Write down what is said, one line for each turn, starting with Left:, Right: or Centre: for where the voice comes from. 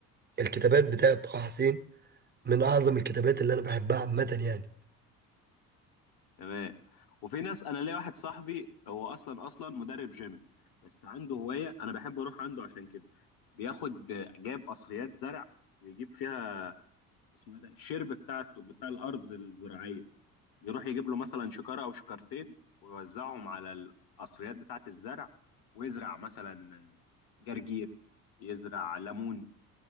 Right: الكتابات بتاعة طه حسين من اعظم الكتابات اللي انا بحبها عامة يعني
Left: تمام وفي ناس انا ليا واحد صاحبي هو اصلا اصلا مدرب جيم بس عنده هوايه انا بحب اروح عنده عشان كده بياخد جايب قصريات زرع ويجيب فيها اسمه ايه ده الشرب بتاع بتاع الارض الزراعيه بيروح يجيب له مثلا شكارة أو شكارتين ويوزعهم على القصريات بتاعة الزرع ويزرع مثلا جرجير يزرع ليمون